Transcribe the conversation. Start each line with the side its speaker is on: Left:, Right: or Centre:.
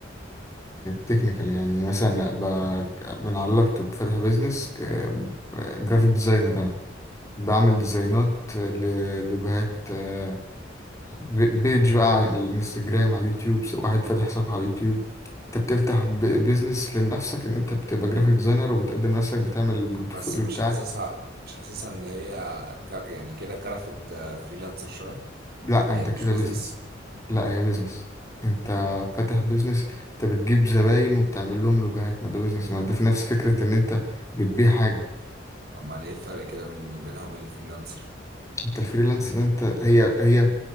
Left: تكنيكال يعني مثلا أبقى من على اللابتوب فاتح بيزنس جرافيك ديزاينر أنا بعمل ديزاينات ل- لوجهات آه، ب- بيج بقى على الانستجرام على اليوتيوب س- واحد فاتح صفحة على اليوتيوب انت بتفتح ب- بيزنس لنفسك ان انت بتبقى جرافيك ديزاينر وبتقدم نفسك بتعمل البورتفوليو
Right: بس مش
Left: بتاعك
Right: حاسسها مش حاسسها ان هي كر... يعني كده كرفت فريلانسر شويه
Left: لا انت
Right: يعني مش
Left: كده
Right: بيزنس
Left: بيزنس لا هي بيزنس انت فاتح بيزنس انت بتجيب زباين وبتعمل لهم لوجوهات ما ده بيزنس ما ده في نفس فكرة ان انت بتبيع حاجة
Right: امال ايه الفرق كده بين بينها وبين الفريلانسر
Left: انت الفريلانس ده انت هي هي